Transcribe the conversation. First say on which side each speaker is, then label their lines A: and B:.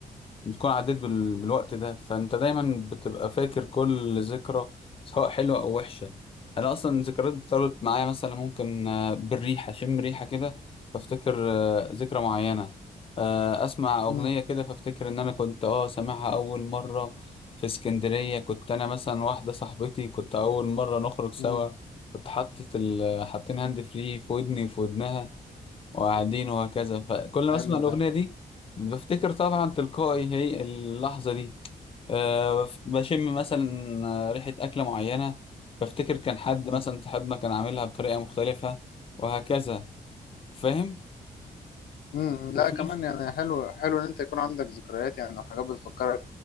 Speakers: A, on the left; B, on the left.
A: بتكون عديت بال- بالوقت ده فانت دايما بتبقى فاكر كل ذكرى سواء حلوة او وحشة انا اصلا الذكريات بتربط معايا مثلا ممكن آه، بالريحة اشم ريحة كده فافتكر آه، ذكرى معينة آه، اسمع اغنية
B: امم
A: كده فافتكر ان انا كنت اه سامعها اول مرة في اسكندرية كنت انا مثلا واحدة صاحبتي كنت اول مرة نخرج سوا
B: امم
A: كنت حاطط ال- حاطين هاند فري في ودني وفي ودنها وقاعدين وهكذا فكل ما
B: حلو
A: اسمع الاغنيه دي بفتكر طبعا تلقائي هي اللحظه دي أه بشم مثلا ريحه اكله معينه بفتكر كان حد
B: ده
A: مثلا صاحبنا كان عاملها بطريقه مختلفه وهكذا فاهم
B: امم
A: وفي
B: لا كمان يعني حلو حلو ان انت يكون عندك ذكريات يعني او حاجات بتفكرك